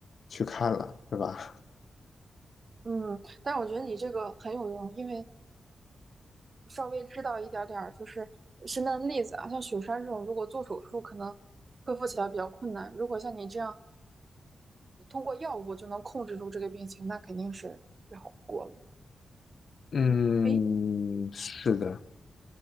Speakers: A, on the left; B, on the right.
A: 去看了，是吧？
B: 嗯，但是我觉得你这个很有用，因为稍微知道一点儿点儿就是身边的例子啊，像雪山这种，如果做手术可能恢复起来比较困难，如果像你这样通过药物就能控制住这个病情，那肯定是最好不过了。
A: 嗯，
B: 嗯，诶，
A: 是的，